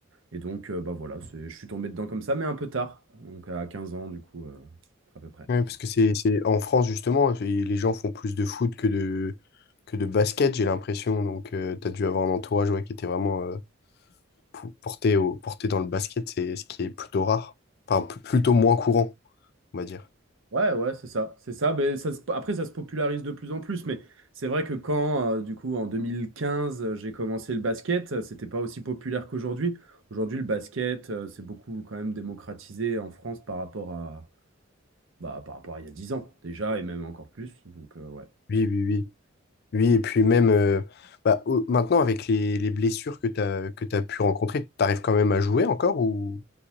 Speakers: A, on the right; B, on the left.
A: Et donc, euh, bah voilà, c'est- je suis tombé dedans comme ça, mais un peu tard, donc à 15 ans, du coup, euh, à peu près.
B: Ouais, parce que c'est c'est en France justement, c'est- les gens font plus de foot que de que de basket, j'ai l'impression. Donc tu t'as dû avoir un entourage ouais, qui était vraiment euh, pou- porté au porté dans le basket, c'est ce qui est plutôt rare. Enfin, pl- plutôt moins courant, on va dire.
A: Ouais, ouais, c'est ça, c'est ça. Mais ça se- après, ça se popularise de plus en plus. Mais c'est vrai que quand, euh, du coup, en 2015, euh, j'ai commencé le basket, euh, c'était pas aussi populaire qu'aujourd'hui. Aujourd'hui, le basket, euh, c'est beaucoup quand même démocratisé en France par rapport à, bah, par rapport à il y a 10 ans déjà, et même encore plus. Donc, euh, ouais.
B: Oui, oui, oui. Oui, et puis même euh, bah, au- maintenant, avec les, les blessures que tu as, que tu as pu rencontrer, tu arrives quand même à jouer encore ou,